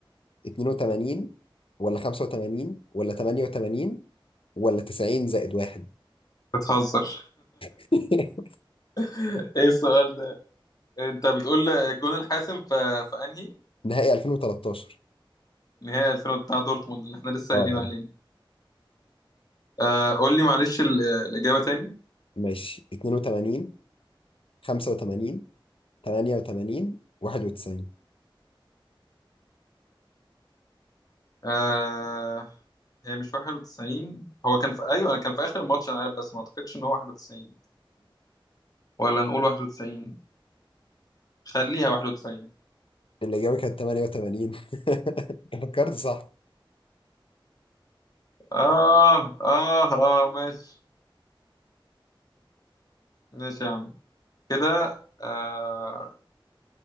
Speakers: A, on the left; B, on the left.
A: 82 ولا 85 ولا 88 ولا 90 زائد واحد
B: بتهزر
A: <laughs>
B: <laughs> ايه السؤال ده انت بتقول الجون الحاسم في في انهي
A: نهائي 2013
B: نهائي 2000 بتاع دورتموند اللي احنا لسه
A: اه
B: قايلين
A: اه
B: عليه آه قول لي معلش ال- الاجابه تاني
A: ماشي 82 85 88 91
B: آه هي مش 91 هو كان في ايوه كان في اخر الماتش انا عارف بس ما اعتقدش ان هو 91 ولا نقول 91 خليها 91
A: الإجابة كانت 88 <laughs> فكرت صح
B: آه آه آه ماشي ماشي يا عم كده آه